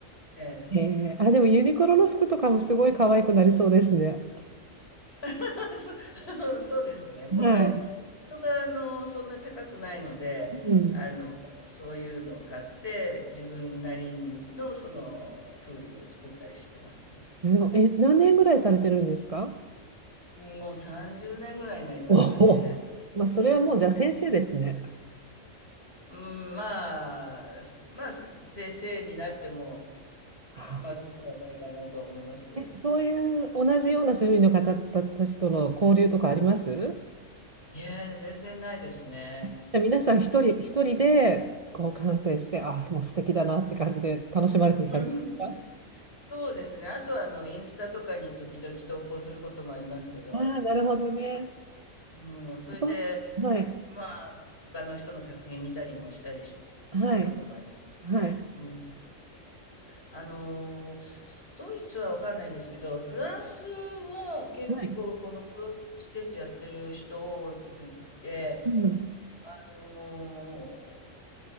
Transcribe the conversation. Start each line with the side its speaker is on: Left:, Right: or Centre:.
Left: ええ。
Right: へえ。あ、でもユニクロの服とかもすごい可愛くなりそうですね。
Left: <laughs> そ <laughs> そうですね。元
Right: はい。
Left: 元があの、そんな高くないので、
Right: うん。
Left: あの、そういうのを買って、自分なりのその、フーディーを作ったりしてますね。
Right: なるほど。え、何年ぐらいされてるんですか
Left: うんもう30年ぐらいになりますかね。
Right: おお、<laughs> まあ、それはもうじゃあ先生ですね。
Left: うん、まあ、すまあ、せ先生になっても、
Right: はあ
Left: まずくはないかなとは思いますけど。
Right: え、そういう同じような種類の方たちとの交流とかあります
Left: いや、全然ないですね。
Right: じゃあ皆さん一人一人でこう完成して、あ、もう素敵だなって感じで楽しまれてる感じですか
Left: うん。そうですね。あとはあの、インスタとかに時々投稿することもありますけど、
Right: ああなるほどね。
Left: うん、それで、
Right: そうそう。はい。
Left: まあ、他の人の作品見たりもしたりしすることもあり
Right: はい。はい。
Left: ね。うん。あのドイツはわかんないんですけど、フランスは結構このクロスステッチやってる人多くって、
Right: はい。うん。
Left: あの